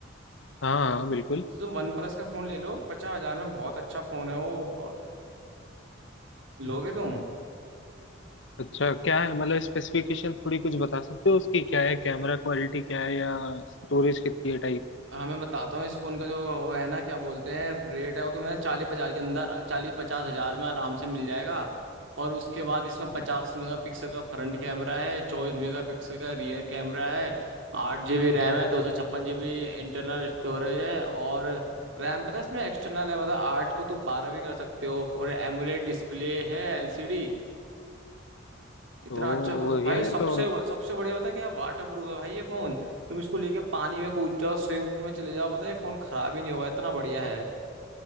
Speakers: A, on the left (about 70°); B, on the right (about 80°).
A: हाँ हाँ बिल्कुल
B: तो तुम वन प्लस का फोन ले लो पचास हजार में बहुत अच्छा फोन है वो प- लोगे तुम
A: अच्छा क्या है मतलब स्पेसिफिकेशन थोड़ी कुछ बता सकते हो उसकी क्या है कैमरा क्वालिटी क्या है या स्टोरेज कितनी है
B: हाँ मैं बताता हूँ इस फोन का जो वो है ना क्या बोलते हैं रेट है वो तो मैं चालीस पचास के अंदर चालीस पचास हजार में आराम से मिल जाएगा और उसके बाद इसमें पचास मेगापिक्सल का फ्रंट कैमरा है चौबीस मेगापिक्सल का रियर कैमरा है आठ जीबी रैम है दो सौ छप्पन जीबी इंटरनल स्टोरेज है और रैम पता है इसमें एक्सटर्नल है मतलब आठ को तुम बारह भी कर सकते हो और एमुलेट डिस्प्ले है एलसीडी इतना
A: ओ
B: अच्छा फोन भाई
A: यार ये
B: सबसे
A: तो
B: बड़, सबसे बढ़िया पता है क्या वाटर प्रूफ है भाई ये फोन तुम इसको लेके पानी में कूद जाओ स्विमिंग पूल में चले जाओ पता है ये फोन खराब ही नहीं होगा इतना बढ़िया है